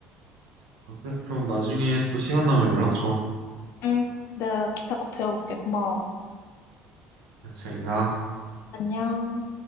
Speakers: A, on the right (about 80°); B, on the left (about 65°).
A: 아, 그래? 그럼 나중에 또 시간 나면 연락 줘.
B: 응, 내가 기타 꼭 배워볼게. 고마워.
A: 그래서 저희가
B: 안녕.